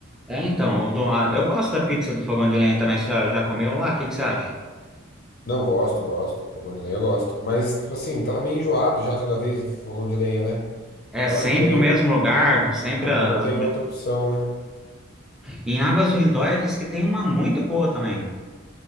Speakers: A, in the centre; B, on the left.
A: É, então, o do- a- eu gosto da pizza do Fogão de Lenha também, você já, já comeu lá? O que, que você acha?
B: Não, gosto, gosto. Fogão de lenha eu gosto. Mas, tipo assim, tava meio enjoado já toda vez de fogão de lenha, né?
A: É
B: Agora
A: sempre
B: tem,
A: o mesmo lugar, sempre
B: agora
A: as...
B: tem outra opção, né?
A: Em Águas de Lindóia diz que tem uma muito boa também.